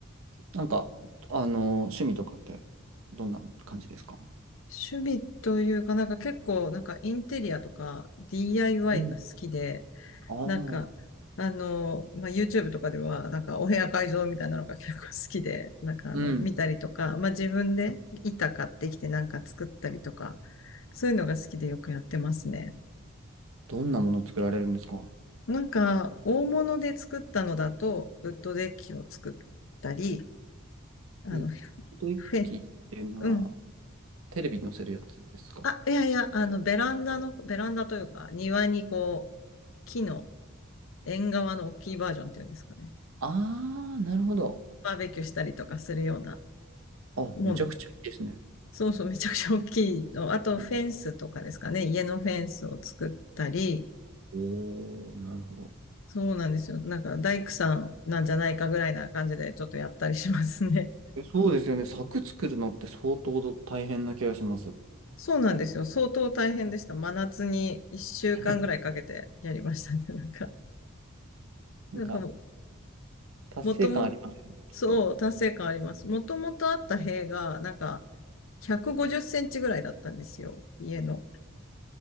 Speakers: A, on the right; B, on the left.
A: なんか、あの、趣味とかってどんな感じですか
B: 趣味というか、なんか結構、なんかインテリアとか DIY
A: うん。
B: が好きで、
A: ああ、
B: なんか、あの、まあ、YouTube とかでは、なんかお部屋改造みたいなのが結構好きで、なんかあの、
A: うん。
B: 見たりとか、まあ、自分で板買ってきてなんか作ったりとか、そういうのが好きでよくやってますね。
A: どんなもの作られるんですか
B: なんか、大物で作ったのだと、ウッドデッキを作ったり、あの、
A: ウッドデッキっていうのは、
B: フェ、うん。
A: テレビに載せるやつですか
B: あ、いやいや、あの、ベランダの、ベランダというか、庭にこう、木の、縁側の大きいバージョンっていうんですかね。
A: ああー、なるほど。
B: バーベキューしたりとかするような
A: あ、
B: もん。
A: めちゃくちゃいいですね。
B: そうそう、めちゃくちゃ大きいの。あと、
A: うん
B: フェンスとかですかね。家のフェンスを作ったり、
A: おー、なるほど。
B: そうなんですよ。なんか、大工さんなんじゃないかぐらいな感じでちょっとやったりしますね。
A: えそうですよね。柵作るのって相当大変な気がします。
B: <laughs> そうなんですよ。相当大変でした。真夏に1週間ぐらいかけてやりましたね。
A: <laughs>
B: <laughs> なんか、
A: なんか、
B: なんかも、
A: 達成感ありますよね、
B: もとも、
A: きっと。
B: そう、達成感あります。もともとあった塀が、なんか、150センチぐらいだったんですよ。家の。